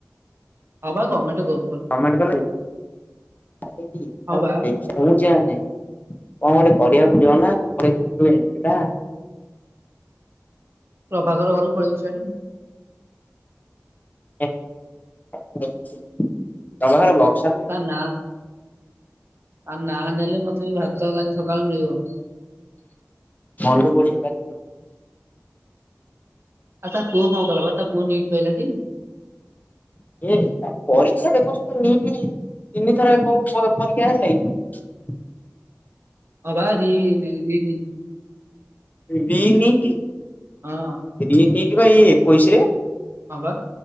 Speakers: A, on the right; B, on the left.
A: ହଁ ବା ଗମେଣ୍ଟ ଗ
B: ଗମେଣ୍ଟ କଲେଜ <inaudible> <unintelligible>
A: ହଁ
B: ଦେଖିବା
A: ବା
B: କଣ ଗୋଟେ କରିବାକୁ ନାଁ <inaudible>
A: ପ୍ରଭାଘର ଘରୁ ପଳେଇଚୁ <inaudible>
B: <inaudible> ତମର ବ
A: ତା ନାଁ ତା ନାଁ ନେଲେ ମୋତେ ତମେ ଭାତ କାଲି ସକାଳୁ ମିଳିବ।
B: ମନୁ ବଢିଆ କାଲି <inaudible>
A: ଆଉ ତା ପୁଅ କଣ କଲା ବା ତା ପୁଅ ନିଟ୍ ପାଇଲାଟି।
B: ଏ ପରୀକ୍ଷା ଦେଖୁଛୁ ତୁ ନିଟି ତିନିଥର ପରୀକ୍ଷା ହେଲାକି।
A: ହଁ ମ୍ବା ରି ରି ଲି
B: ବି ନିଟି
A: ହଁ
B: ଭିନିଟି କିବା ଏଇ ଏକାଉସୀ ରେ
A: ହଁ ଵା